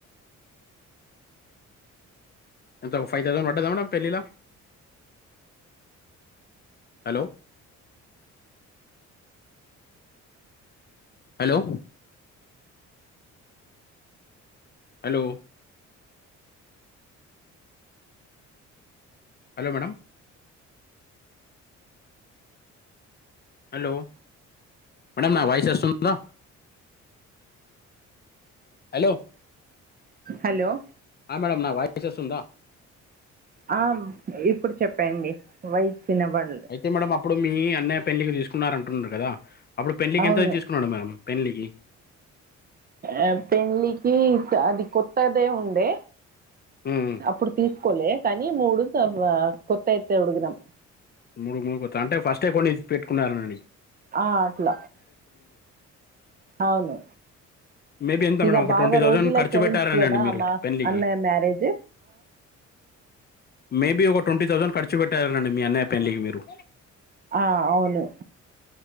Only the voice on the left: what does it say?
ఎంత ఫైవ్ థౌజండ్ <unintelligible> మ్యాడం పెళ్ళిలో hello hello hello hello madam hello madam నా వాయిస్ వస్తుంద హలో
మేడం నా వాయిస్ వస్తుందా
అయితే మేడం అప్పుడు మీ అన్నయ్య పెళ్ళకి తీసుకున్నార అంటున్నారు కదా అప్పుడు పెళ్ళలికి
ఎంత తీసుకున్నాడు మేము పెన్లికి
హ్మ్.
మూడు మూడు కొ అంటే ఫస్టే కొన్ని పెట్టుకున్నారండి
మేబీ ఎంత మేడం
ఒక
ట్వంటీ థౌసండ్
ఖర్చు
పెట్టారనండి మీరు
పెళ్లికి
మేబీ ఒక ట్వంటీ థౌసండ్ ఖర్చు పెట్టారుండి మీ అన్నయ పెలికి మీరు